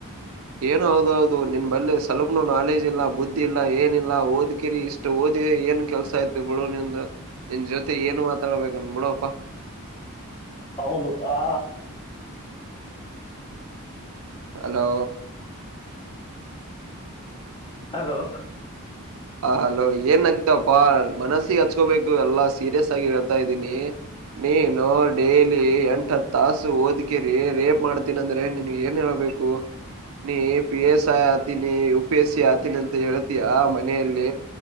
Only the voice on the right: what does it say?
ಏನ ಹೌದ ಹೌದು ನಿನ್ ಬಲ್ಲಿ ಸವಪ್ಲು ನಾಲೆಜ್ ಇಲ್ಲ ಬುದ್ಧಿ ಇಲ್ಲ ಏನಿಲ್ಲ ಓದ್ಕಿರಿ ಇಷ್ಟು ಓದಿ ಏನ್ ಕೆಲ್ಸ ಆಯತ ಬಿಡು ನಿಮ ನಿನ್ ಜೊತೆ ಏನ್ ಮಾತಾಡ್ಬೇಕನ್ ಬಿಡುಪ್ಪಾ
ಹಲೋ
ಆ ಹಲೋ ಏನ್ ಅಂತಿ ಅಪ್ಪಾ ಮನಸ್ಸಿಗ ಹಚ್ಕೊಬೇಕು ಎಲ್ಲಾ ಸೀರಿಯಸ್ ಆಗಿ ಹೇಳ್ತಾ ಇದ್ದೀನಿ. ನೀನು ಡೇಲಿ ಎಂಟ ಹತ್ ತಾಸು ಓದ್ಕಿರಿ ರೇಪ್ ಮಾಡ್ತೀನ ಅಂದ್ರೆ ನಿನ್ಗೆ ಏನ್ ಹೇಳ್ಬೇಕ. ಬೇಕು ನೀ ಪೀ ಎಸ್ ಆತನಿ ಯು ಪೀ ಎಸ್ ಸಿ ಆತೀನಿ ಅಂತ ಹೇಳ್ತಿ ಆ ಮ ಮನೆಯಲ್ಲಿ